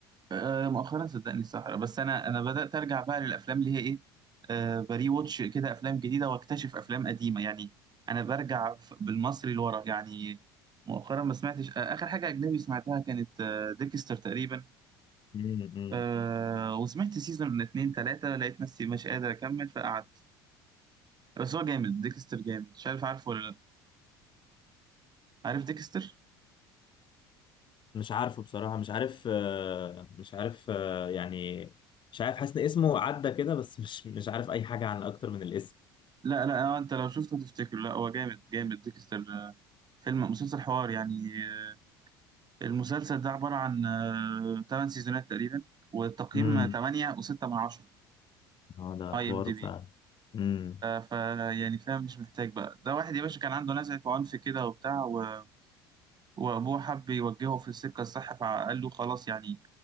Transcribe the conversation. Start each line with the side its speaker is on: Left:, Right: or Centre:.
Right: آه مؤخرا صدقني صحرا بس انا انا بدات ارجع بقى للافلام اللي هي ايه آه بري واتش كده افلام جديده واكتشف افلام قديمه يعني انا برجع ف- بالمصري لورا يعني مؤخرا ما سمعتش آه اخر حاجه اجنبي سمعتها كانت آه ديكستر تقريبا
Left: مم، مم.
Right: آه وسمعت سيزون من اتنين تلاته لقيت نفسي مش قادر اكمل فقعدت بس هو جامد ديكستر جامد مش عارف عارفه ولا لا عارف ديكستر
Left: مش عارفه بصراحة مش عارف آه، مش عارف آه، يعني مش عارف حاسس ان اسمه عدى كده بس مش مش عارف اي حاجة عن اكتر من الاسم
Right: لا لا آه، انت لو شفته تفتكره لا هو جامد جامد ديكستر آه، فيلم مسلسل حوار يعني آه، المسلسل ده عبارة عن 8 سيزونات تقريبا والتقييم
Left: امم
Right: 8 و6 من 10
Left: اه ده
Right: اي
Left: حوار
Right: ام دي بي
Left: فعلا امم
Right: ف يعني فاهم مش محتاج بقى ده واحد يا باشا كان عنده نزعة عنف كده وبتاع و... وابوه حب يوجهه في السكة الصح فقال له خلاص يعني